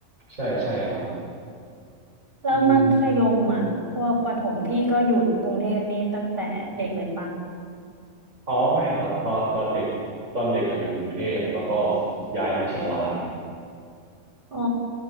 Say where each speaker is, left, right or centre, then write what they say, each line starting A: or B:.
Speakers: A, on the right (about 80°); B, on the right (about 45°).
A: ใช่ใช่ครับ
B: แล้วมัธยมอ่ะพวกประถมพี่ก็อยู่กรุงเทพนี่ตั้งแต่เด็กเลยปะ
A: อืมอ๋อไม่ครับตอนตอนเด็กตอนเด็กอะอยู่กรุงเทพแล้วก็ย้ายมาเชียงราย
B: อ๋อ